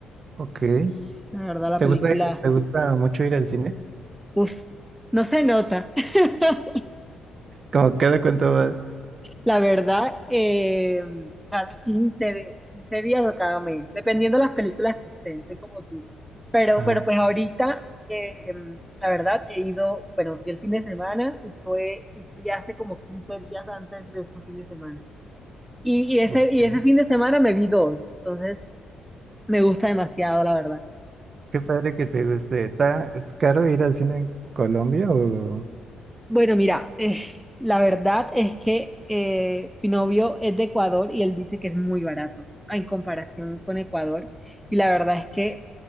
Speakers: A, on the right; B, in the centre.
A: ok.
B: Entonces, la verdad, la
A: ¿Te
B: película,
A: gusta, ir- te gusta mucho ir al cine?
B: uf, no se nota. <laughs>
A: Como cada cuánto vas.
B: La verdad, eh, cada quince de- 15 días o cada mes, dependiendo de las películas que estén, soy como tú. Pero,
A: Ajá.
B: pero pues ahorita, eh, la verdad, he ido, bueno, fui el fin de semana y fue, y fui hace como 15 días antes de este fin de semana. Y, y ese,
A: ok.
B: y ese fin de semana me vi dos, entonces me gusta demasiado, la verdad.
A: Qué padre que te guste. ¿Está, es caro ir al cine en Colombia o...?
B: Bueno, mira, eh, la verdad es que eh, mi novio es de Ecuador y él dice que es muy barato en comparación con Ecuador. Y la verdad es que